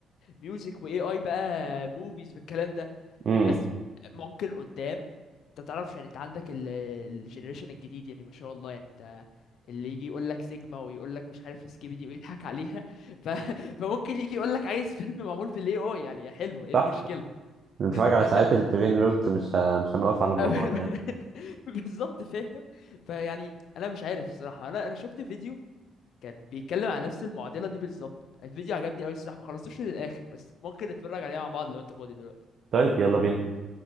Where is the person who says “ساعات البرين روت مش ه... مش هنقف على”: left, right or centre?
Right